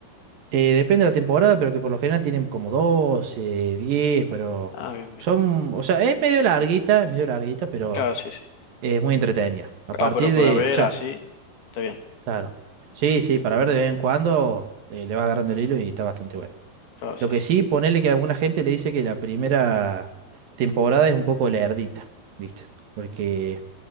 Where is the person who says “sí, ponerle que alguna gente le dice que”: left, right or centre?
Right